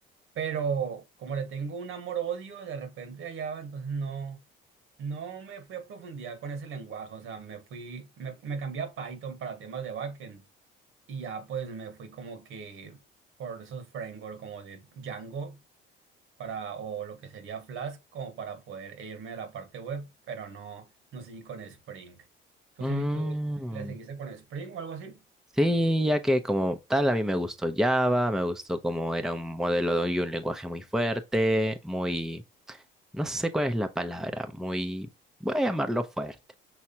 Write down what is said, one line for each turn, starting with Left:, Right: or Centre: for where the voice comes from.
Right: Pero como le tengo un amor-odio de repente a Java, entonces no, no me fui a profundidad con ese lenguaje, o sea, me fui, me, me cambié a Python para temas de backend y ya pues me fui como que por esos frameworks como de Django. para, o lo que sería Flask, como para poder irme a la parte web, pero no, no seguí con Spring. ¿Tú,
Centre: Mm,
Right: sí, tú le seguiste con Spring o algo así?
Centre: sí, ya que como tal a mí me gustó Java, me gustó como era un modelo y un lenguaje muy fuerte, muy, no sé cuál es la palabra, muy, voy a llamarlo fuerte.